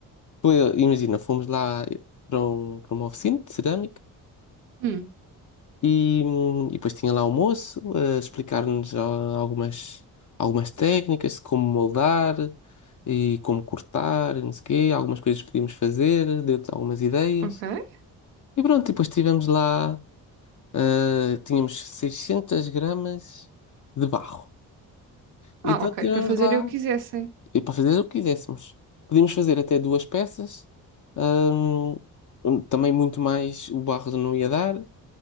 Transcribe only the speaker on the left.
Foi, imagina, fomos lá para, um- para uma oficina de cerâmica.
E, hum, e depois tinha lá o moço a explicar-nos ah, algumas, algumas técnicas, de como moldar e como cortar, e não sei o quê, algumas coisas que podíamos fazer, deu algumas ideias.
E pronto, e depois tivemos lá, ah, tínhamos 600 gramas de barro. Então
tivemos
lá,
e para fazer o que quiséssemos. Podíamos fazer até duas peças, hum, também muito mais o barro não ia dar.